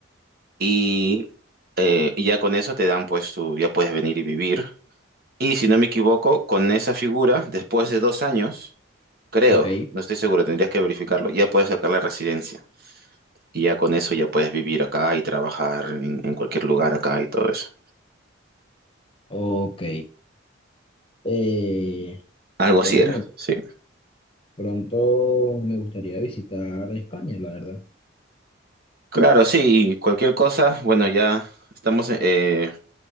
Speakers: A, on the right; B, on the left.
A: Y, eh, y ya con eso te dan, pues tú ya puedes venir y vivir. Y si no me equivoco, con esa figura, después de dos años, creo,
B: Ok,
A: no estoy seguro, tendrías que verificarlo, ya puedes sacar la residencia. Y ya con eso ya puedes vivir acá y trabajar en, en cualquier lugar acá y todo eso.
B: ok. Eh,
A: Algo
B: bueno,
A: así era, sí.
B: pronto me gustaría visitar España, la verdad.
A: Claro, sí, y cualquier cosa, bueno, ya estamos, eh,